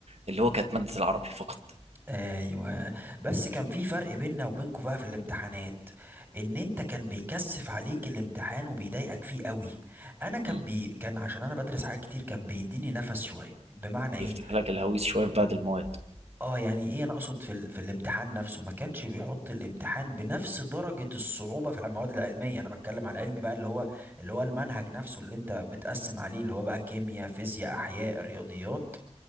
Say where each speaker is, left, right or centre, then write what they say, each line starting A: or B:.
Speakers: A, on the right; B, on the right.
A: اللي هو كانت ماده العربي فقط
B: ايوه بس كان في فرق بيننا وبينكوا بقى في الامتحانات ان انت كان بيكثف عليك الامتحان وبيضايقك فيه قوي انا كان
A: مم.
B: بي كان عشان انا بدرس حاجات كتير كان بيديني نفس شويه بمعنى ايه
A: يفتح لك الهويس شويه في بعض المواد
B: اه يعني ايه انا اقصد في ال... في الامتحان نفسه ما كانش بيحط الامتحان بنفس درجه الصعوبه في المواد العلميه انا بتكلم على العلمي بقى اللي هو اللي هو المنهج نفسه اللي انت بتقسم عليه اللي هو بقى كيمياء فيزياء احياء رياضيات